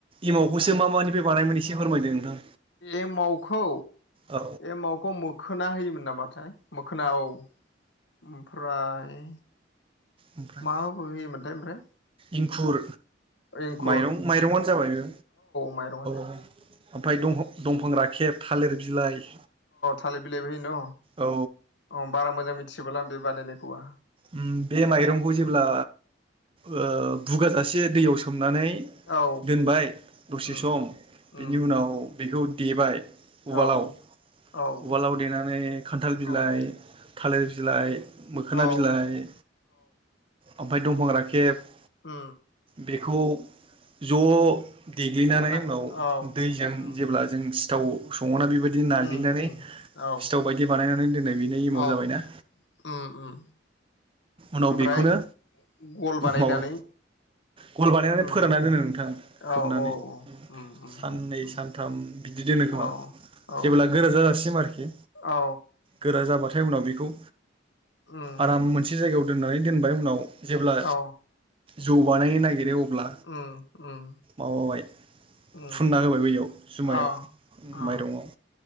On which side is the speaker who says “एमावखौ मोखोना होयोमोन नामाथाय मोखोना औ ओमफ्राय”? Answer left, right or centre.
Left